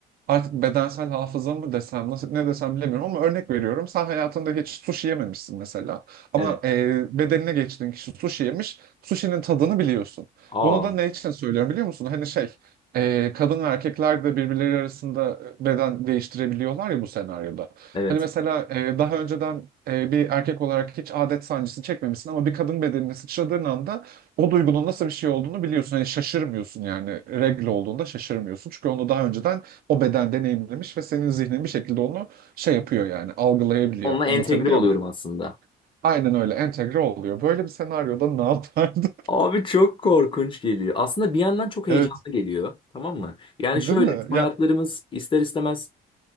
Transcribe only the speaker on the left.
Evet.
Aa,
evet.
Onunla entegre
oluyorum
aslında.
Abi çok korkunç geliyor. Aslında bir yandan çok heyecanlı
geliyor. Tamam mı? Yani
şöyle
bizim hayatlarımız
ister istemez